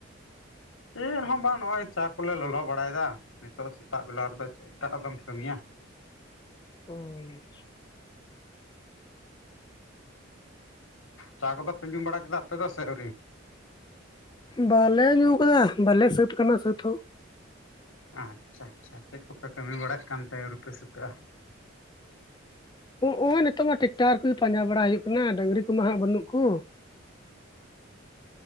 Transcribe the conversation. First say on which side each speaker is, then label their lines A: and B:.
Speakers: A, on the left (about 85°); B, on the left (about 20°).
A: ᱪᱮᱫ ᱦᱚᱸ ᱵᱟᱝ ᱱᱚᱜ-ᱚᱭ ᱪᱟ ᱠᱚᱞᱮ ᱞᱚᱞᱚ ᱵᱟᱲᱟᱭᱮᱫᱟ ᱱᱤᱛᱚᱜ ᱥᱮᱛᱟᱜ ᱵᱮᱞᱟ ᱨᱮᱫᱚ ᱪᱮᱜᱠᱟ ᱟᱫᱚᱢ ᱠᱟᱹᱢᱤᱭᱟ
B: ᱦᱳᱭ
A: ᱪᱟ ᱠᱚᱫᱚ ᱯᱮ ᱧᱩ ᱵᱟᱲᱟ ᱠᱮᱫᱟ ᱟᱯᱮ ᱫᱚ ᱥᱮ ᱟᱹᱣᱨᱤ?
B: ᱵᱟᱞᱮ ᱧᱩ ᱠᱟᱫᱟ ᱵᱟᱞᱮ ᱥᱟᱹᱛ ᱠᱟᱱᱟ ᱥᱟᱹᱛ ᱦᱚᱸ
A: ᱟᱪᱪᱷᱟ ᱟᱪᱪᱷᱟ ᱪᱮᱫ ᱠᱚᱯᱮ ᱠᱟᱹᱢᱤ ᱵᱟᱲᱟᱭᱮᱫ ᱠᱟᱱ ᱛᱮ ᱟᱹᱣᱨᱤ ᱯᱮ ᱥᱩᱛᱟᱹᱜ-ᱟ?
B: ᱦᱚᱜ-ᱚᱭ ᱱᱤᱛᱚᱜ ᱢᱟ ᱴᱮᱠᱴᱟᱨ ᱠᱚ ᱯᱟᱸᱡᱟ ᱵᱟᱲᱟ ᱦᱩᱭᱩᱜ ᱠᱟᱱᱟ ᱰᱟᱝᱨᱤ ᱠᱚᱢᱟ ᱦᱟᱜ ᱵᱟᱹᱱᱩᱜ ᱠᱚ